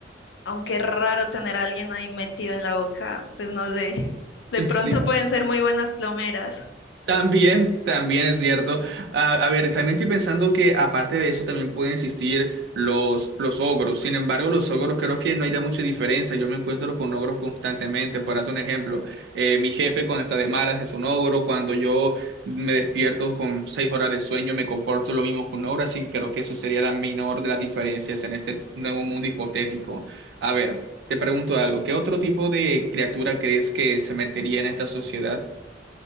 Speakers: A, on the left; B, on the right.
A: aunque es raro tener a alguien ahí metido en la boca, pues no sé. De pronto
B: Sí.
A: pueden ser muy buenas plomeras.
B: También, también es cierto. A, a ver, también estoy pensando que aparte de eso también pueden existir los, los ogros. Sin embargo, los ogros creo que no hay mucha diferencia. Yo me encuentro con ogros constantemente. Por darte un ejemplo, eh, mi jefe cuando está de malas es un ogro. Cuando yo me despierto con seis horas de sueño me comporto lo mismo que un ogro. Así que creo que eso sería la menor de las diferencias en este nuevo mundo hipotético. A ver, te pregunto algo. ¿Qué otro tipo de criatura crees que se metería en esta sociedad?